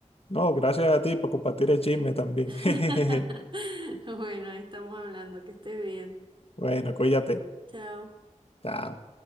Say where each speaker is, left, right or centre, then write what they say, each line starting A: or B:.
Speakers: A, on the left; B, on the right.
A: no, gracias a ti por compartir el chisme también.
B: <laughs>
A: <laughs>
B: Bueno, ahí estamos hablando, que estés bien.
A: Bueno, cuídate.
B: Chao.
A: Chao.